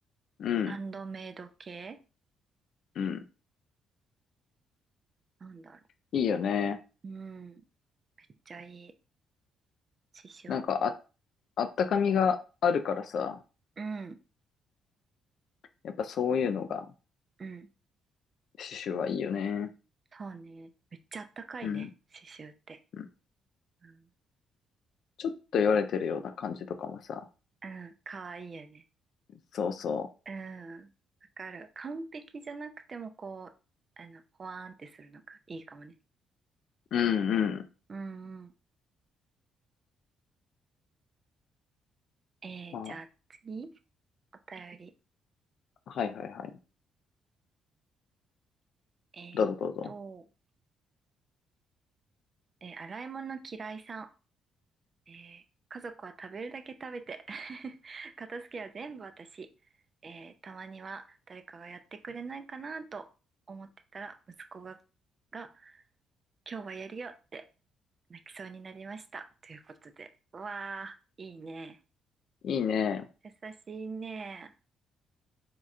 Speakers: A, on the left (about 60°); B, on the right (about 45°).
A: うん。
B: ハンドメイド系
A: うん。
B: なんだろ
A: いいよね。
B: う。うん。めっちゃいい。刺繍。
A: なんか、あ、あったかみがあるからさ。
B: うん、
A: やっぱそういうのが、
B: うん。
A: 刺繍はいいよね。
B: そうね。めっちゃあったかいね。
A: うん
B: 刺繍って。
A: うん。
B: うん、
A: ちょっと言われてるような感じとかもさ。
B: うん、かわいいよね。
A: そうそ
B: うん。わかる。完璧じゃなくても、こう、あの、ほわーんってするのがいいかもね。
A: う。うんうん。
B: うんうん。えー、
A: ま
B: じゃあ次、お便り。
A: あ、はいはいはい。
B: えーっと、
A: どうぞどうぞ。
B: えー洗い物嫌いさん。えー家族は食べるだけ食べて <laughs> 片付けは全部私、えーたまには誰かがやってくれないかなと思ってたら息子が、が今日はやるよって泣きそうになりましたということでうわあいいね
A: いいね。
B: 優しいね